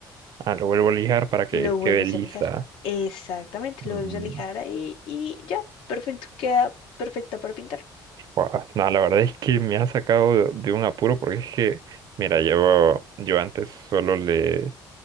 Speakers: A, on the right (about 55°); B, on the left (about 80°).
A: Ah, lo vuelvo a lijar para que
B: Lo vuelves
A: quede lisa.
B: a lijar. Exactamente,
A: Mm,
B: lo vuelves a lijar ahí y ya, perfecto, queda perfecta para pintar.
A: guau, No, la verdad es que me ha sacado de de un apuro porque es que, mira, yo, yo antes solo le,